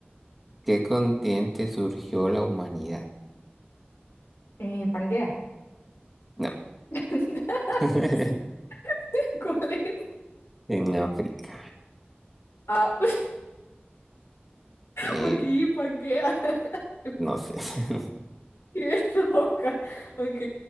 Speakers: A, in the centre; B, on the left (about 85°).
A: ¿Qué continente surgió la humanidad?
B: <laughs> En Pangea.
A: No.
B: <laughs>
A: <laughs>
B: No sé cuál es.
A: En África.
B: Ah, <laughs>
A: Eh,
B: porque dije Pangea. <laughs>
A: no sé. <laughs>
B: Qué loca. Ok,